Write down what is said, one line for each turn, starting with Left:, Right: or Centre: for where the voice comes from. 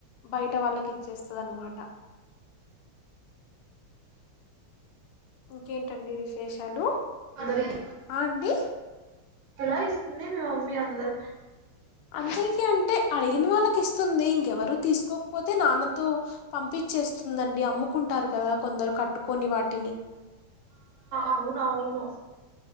Left: బయట వాళ్ళకి ఇచ్చేస్తుంది అనమాట ఇంకేంటండి విశేషాలు
Right: అందరికి
Left: ఆ అండి
Right: ఎలా ఇస్తుంది మ మమ్మీ అందరు
Left: అందరికను అంటే అడిగిన వాళ్ళకి ఇస్తుంది ఇంకెవరు తీసుకోకపోతే నాన్నతో పంపించేస్తుందండి అమ్ముకుంటారు కదా కొందరు కట్టుకొని వాటి
Right: అవునా అవును